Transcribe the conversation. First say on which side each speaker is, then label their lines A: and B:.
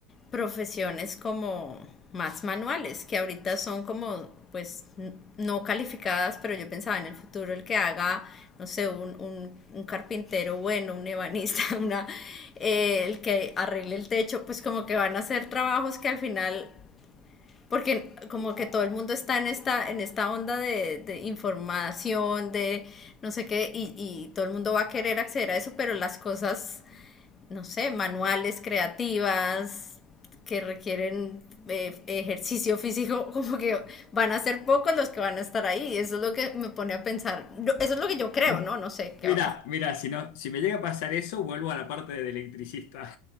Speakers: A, on the left; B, on the left.
A: profesiones como más manuales, que ahorita son como, pues, n- no calificadas, pero yo pensaba en el futuro el que haga, no sé, un, un- un carpintero bueno, un ebanista, <laughs> una, eh, el que arregle el techo, pues como que van a ser trabajos que al final porque como que todo el mundo está en esta, en esta onda de, de información, de no sé qué, y, y todo el mundo va a querer acceder a eso, pero las cosas, no sé, manuales, creativas, que requieren eh, ejercicio físico, <laughs> como que van a ser pocos los que van a estar ahí. Eso es lo que me pone a pensar. No, Eso es lo que yo creo,
B: Mm,
A: ¿no? No sé qué
B: Mira,
A: va a pasar.
B: mira, si no, si me llega a pasar eso, vuelvo a la parte del electricista.